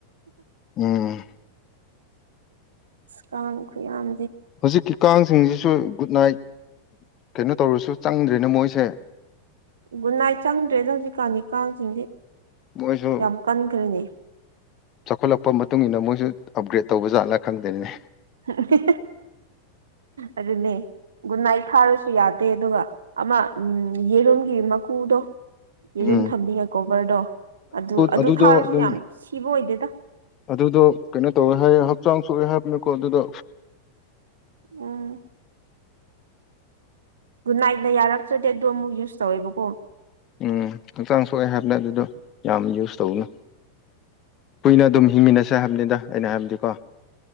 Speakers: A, on the left; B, on the right.
A: ꯎꯝ
B: ꯀꯥꯡꯥꯡꯈ ꯌꯥꯝ
A: ꯍꯧꯖꯤꯛꯀꯤ ꯀꯥꯡꯁꯤꯡꯁꯤ ꯁꯨ ꯒꯨꯗ ꯅꯥꯏꯠ ꯀꯩꯅꯣ ꯇꯧꯔꯁꯨ ꯆꯪꯗ꯭ꯔꯦꯅ ꯃꯣꯏꯁꯦ
B: ꯒꯟꯅꯥꯏ ꯆꯪꯗ꯭ꯔꯦꯗ ꯍꯧꯖꯤꯛꯀꯥꯟꯗꯤ ꯀꯥꯡꯁꯤꯡꯁꯦ
A: ꯃꯣꯏꯁꯨ
B: ꯌꯥꯝ ꯀꯟꯈ꯭ꯔꯦꯅꯦ
A: ꯆꯥꯎꯈꯠꯂꯛꯄ ꯃꯇꯨꯡ ꯏꯟꯅ ꯃꯣꯏꯁꯨ ꯑꯞꯒ꯭ꯔꯦꯗ ꯇꯧꯕ ꯖꯥꯠꯅ ꯈꯪꯗꯅꯤꯅꯦ
B: <unintelligible> ꯑꯗꯨꯅꯦ ꯒꯨꯟꯅꯥꯥꯏ ꯊꯥꯔꯁꯨ ꯌꯥꯗꯦ ꯑꯗꯨꯒ ꯑꯃ ꯎ ꯌꯦꯔꯨꯝꯒꯤ ꯀꯨꯗꯣ ꯌꯦꯔꯨꯝ
A: ꯎꯝ
B: ꯊꯝꯕꯤꯉꯦ ꯀꯣꯕꯔꯗꯣ ꯑꯗꯨ ꯑꯗꯨ
A: ꯑꯗꯨꯗꯣ
B: ꯊꯥꯔꯁꯨ
A: ꯑꯗꯨꯝ
B: ꯌꯥꯝ ꯁꯤꯕ ꯑꯣꯏꯗꯦꯗ
A: ꯑꯗꯨꯗꯣ ꯀꯩꯅꯣ ꯇꯧꯋꯦ ꯍꯥꯏ ꯛꯆꯥꯡ ꯁꯣꯛꯑꯦ ꯍꯥꯏꯕꯅꯦꯀꯣ ꯑꯗꯨꯗ
B: ꯎꯝ ꯨ ꯅꯥꯏꯅ ꯌꯥꯔꯛꯇ꯭ꯔꯗꯤ ꯑꯗꯨꯗꯣ ꯑꯃꯨꯛ ꯌꯨꯁ ꯇꯧꯋꯦꯕꯀꯣ
A: ꯎꯝ ꯍꯛꯆꯥꯡ ꯁꯣꯛꯑꯦ ꯍꯥꯏꯕꯗ ꯑꯗꯨꯗꯣ ꯌꯥꯝ ꯌꯨꯁ ꯇꯧꯅꯨ ꯀꯨꯏꯅ ꯑꯗꯨꯝ ꯍꯤꯡꯃꯤꯟꯅꯁꯦ ꯍꯥꯏꯕꯅꯤꯗ ꯑꯩꯅ ꯍꯥꯏꯕꯗꯤꯀꯣ